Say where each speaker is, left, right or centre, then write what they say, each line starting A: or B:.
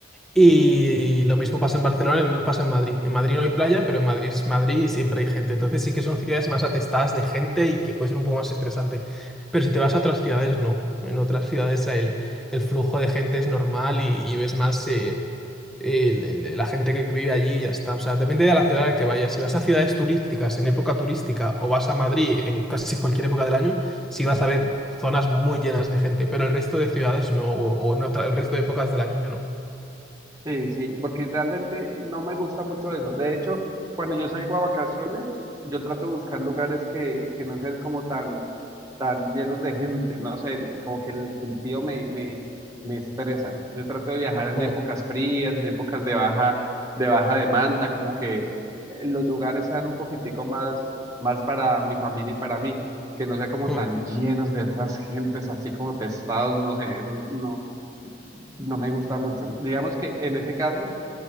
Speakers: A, in the centre; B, on the right (about 15°).
A: Y lo mismo pasa en Barcelona, lo mismo pasa en Madrid. En Madrid no hay playa, pero en Madrid es Madrid y siempre hay gente. Entonces sí que son ciudades más atestadas de gente y que puede ser un poco más estresante. Pero si te vas a otras ciudades, no. En otras ciudades el, el flujo de gente es normal y, y ves más eh, el- el- la gente que vive allí y ya está. O sea, depende de la ciudad a la que vayas. Si vas a ciudades turísticas en época turística o vas a Madrid en casi cualquier época del año, sí vas a ver zonas muy llenas de gente. Pero el resto de ciudades no, o, o en otra- el resto de épocas del año no.
B: Sí, sí, porque realmente no me gusta mucho eso. De hecho, cuando yo salgo a vacaciones, yo trato de buscar lugares que, que no sean como tan tan llenos de gente, no sé, como que el gentío me, me, me estresa. Yo trato de viajar en
A: Mm,
B: épocas frías, en épocas de baja, de baja demanda, como que eh, los lugares sean un poquitico más, más para mi familia y para mí, que no sea como
A: mm.
B: tan llenos de otras gentes, así como testados, no sé, eso no, no me gusta mucho. Digamos que en ese caso